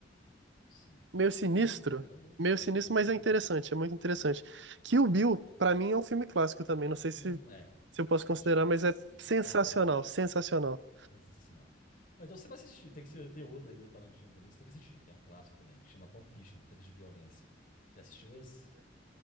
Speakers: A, on the left; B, on the right.
A: Sim.
B: meio sinistro,
A: Tá me lembrando outro
B: meio
A: filme.
B: sinistro,
A: Tá
B: mas
A: me lembrando.
B: é interessante, é muito interessante. Kill Bill, pra mim, é um filme clássico também, não sei
A: Hum,
B: se,
A: é.
B: se eu posso
A: Já
B: considerar,
A: assisti.
B: mas é
A: Do, do
B: sensacional,
A: Tarantino.
B: sensacional.
A: <laughs> Sensacional. Ó, então você vai assistir. Tem que ser, tem outro aí do Tarantino também que você tem que assistir, que é um clássico também, que chama Pulp Fiction, Tempos de Violência. você assistiu esse?